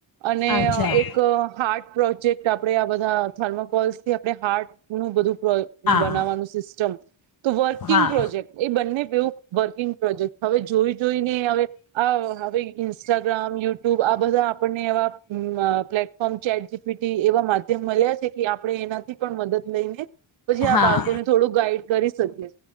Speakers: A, on the right (about 70°); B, on the left (about 50°).
A: અને
B: અચ્છા
A: એક હાર્ટ પ્રોજેક્ટ આપણે બધા થર્મોકોલસ થી આપણે હાર્ટ નું બધું વ અ
B: હા
A: બનાવવાનું સિસ્ટમ તો વર્કિંગ
B: હા
A: પ્રોજેક્ટ, એ બંને એવું વર્કિંગ પ્રોજેક્ટ હવે જોઈ જોઈને હવે આ હવે ઈન્સ્ટાગ્રામ, યુટુબ, આ બધા આપણને એવા પ્લેટફોર્મ ચેટ જીપીટી એવા માધ્યમ મળ્યા છે. કે આપણે એનાથી પણ મદદ લઈને પછી
B: હા
A: આ બાળકો ને થોડું ગાઈડ કરીશ. સત્ય છે.